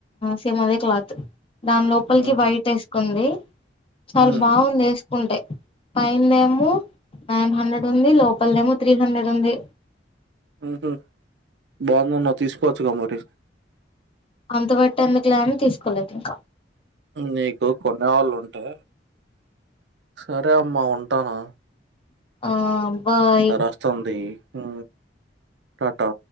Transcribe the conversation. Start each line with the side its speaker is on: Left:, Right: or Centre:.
Left: సేమదే క్లాత్ దాని లోపలికి
Right: హుహు.
Left: వైట్ వేసుకుంది చాలా
Right: హ్మ్.
Left: బాగుంది వేసుకుంటే పైన్ దేమో నైన్ హండ్రెడ్ ఉంది లోపల్ దేమో త్రీ హండ్రెడ్ ఉంది
Right: ఉహ బాగుందన్నా తీసుకోవచ్చుగా మరి
Left: అంత పెట్టీ ఎందుకు లేని తీసుకోలేదు ఇంకా
Right: నీకు కొనే వాళ్ళు ఉంటే సరే అమ్మా ఉంటాను
Left: ఆ బాయ్
Right: ఎలా రాస్తాంది ఆ టాటా